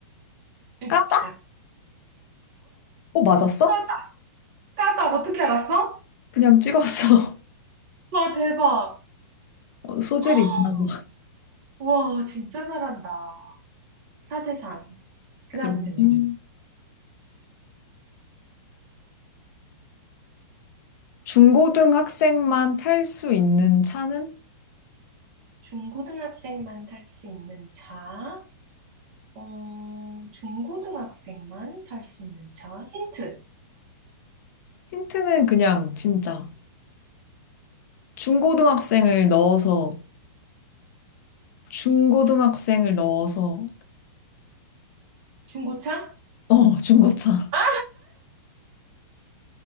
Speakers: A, on the right (about 40°); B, on the left (about 50°).
A: 응,
B: 까닭?
A: 닭.
B: 어, 맞았어?
A: 까닭. 까닭. 어떻게 알았어?
B: 그냥 찍었어.
A: 와, 대박.
B: <laughs> 어, 소질이
A: <gasps>
B: 있나 봐.
A: 와, 진짜 잘한다. 4대3. 그다음
B: 그러면,
A: 문제 내줘.
B: 중고등 학생만 탈 수 있는 차는?
A: 중고등학생만 탈 수 있는 차. 어, 중고등학생만 탈 수 있는 차. 힌트.
B: 힌트는 그냥, 진짜. 중고등학생을 넣어서, 중고등학생을 넣어서,
A: 중고차?
B: 어, 중고차.
A: 아,